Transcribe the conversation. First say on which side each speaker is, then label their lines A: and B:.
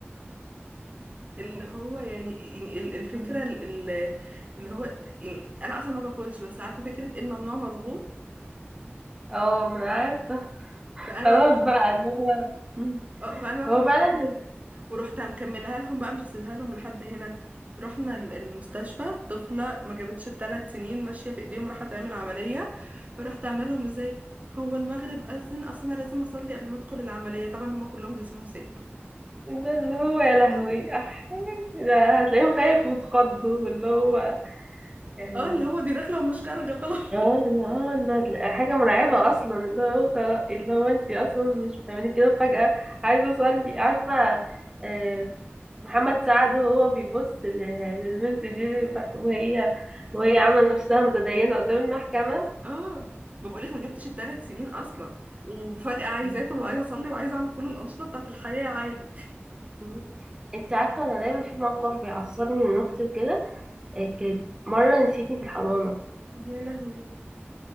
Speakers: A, on the right; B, on the right.
A: اللي
B: و-
A: هو يعني يعني ال- الفكره
B: مم.
A: ال- ال- اللي هو يعني انا اصلا ما باكلش بس عارفه فكره الممنوع مرغوب
B: اه ما انا عارفه <laughs>
A: فانا
B: خلاص
A: بقى
B: بقى اللي هو مم.
A: اه فانا بقى
B: هو
A: كنت
B: فعلا
A: بجيب- ورحت مكملها لهم بقى مش هسيبها لهم لحد هنا رحنا ال- المستشفى طفلة ما جابتش الثلاث سنين ماشية في ايديهم راح تعمل عملية فرحت عاملة لهم ازاي هو المغرب أذن اصل انا لازم اصلي قبل ما ادخل العملية طبعا هما كلهم جسمهم ساب
B: ده اللي هو يا لهوي أح... ده هتلاقيهم خايف وتخضوا واللي هو يعني
A: اه اللي هو دي داخلة ومش خارجة خلاص <laughs>
B: هو ده هو ده اه ده حاجة مرعبة أصلا اللي هو خلاص اللي هو أنت أصلا مش بتعملي كده فجأة عايزة أصلي عارفة آه، محمد سعد وهو بيبص ل- للبنت دي ب- وهي وهي عاملة نفسها متدينة قدام المحكمة
A: اه ما بقولك ما جبتش الثلاث سنين اصلا وفجأة عايزة
B: مم.
A: اكل وعايزة اصلي وعايزة اعمل كل الأنشطة بتاعت الحياة عادي
B: مم. أنت عارفة أنا دايما في موقف بيعصبني من أختي وكده آه، كانت مرة نسيتني في الحضانة
A: يا لهوي